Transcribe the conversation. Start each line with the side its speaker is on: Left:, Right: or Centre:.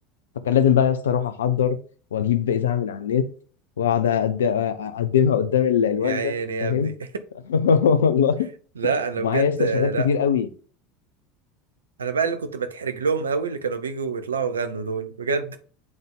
Left: فكان لازم بقى يا اسطى اروح احضر واجيب اذاعه من على النت واقعد أقد- اقدمها قدام ال- الوالده
Right: يا عيني يا
Left: فاهم
Right: ابني
Left: <laughs> والله
Right: <laughs> لا انا
Left: ومعايا
Right: بجد
Left: يا اسطى شهادات كتير
Right: لا
Left: قوي
Right: انا بقى اللي كنت بتحرج لهم قوي اللي كانوا بيجوا ويطلعوا يغنوا دول بجد